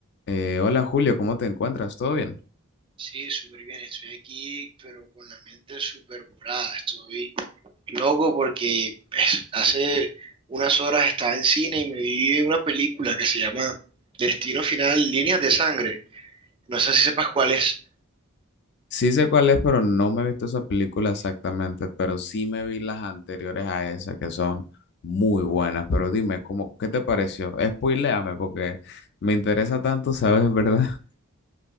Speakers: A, on the left; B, on the right.
A: Eh, hola Julio, ¿cómo te encuentras? ¿Todo bien?
B: Sí, súper bien, estoy aquí, pero con la mente súper volada. Estoy loco porque pues, hace unas horas estaba en cine y me vi una película que se llama Destino Final, Líneas de Sangre. No sé si sepas cuál es.
A: Sí sé cuál es, pero no me he visto esa película exactamente, pero sí me vi las anteriores a esa que son muy buenas, pero dime, ¿cómo, qué te pareció? Spoiléame porque me interesa tanto, ¿sabes? En verdad. <laughs>